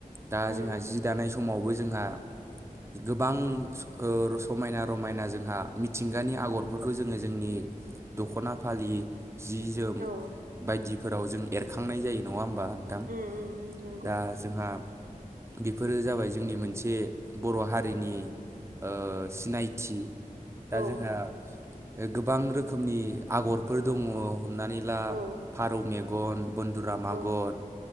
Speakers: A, on the right; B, on the right.
A: दा
B: उम
A: जोंहा
B: उम
A: जि दानाय समावबो जोंहा गोबां समायना रमायना जोंहा मिथिंगानि आगरफोरखौ जोङो जोंनि दख'ना फालि जि जोम
B: औ
A: बायदिफोराव जों एरखांनाय जायो नङा होमबा नोंथां
B: उम उम उम नंगौ
A: दा जोंहा बेफोरो जाबाय जोंनि मोनसे बर' हारिनि ओ सिनायथि
B: औ
A: दा जोंहा गोबां रोखोमनि आगरफोर दङ हमनानै ला
B: औ
A: फारौ मेगन बन्दुराम
B: औ
A: आगर